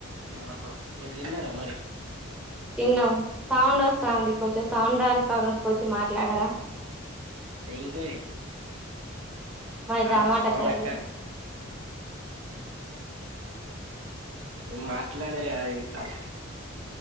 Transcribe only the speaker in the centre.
తిన్నాం సౌండ్ వస్తాంది కొంచెం సౌండ్రాని పకనకి వచ్చి మాట్లాడరా
మాది
టమాటా
కర్రీ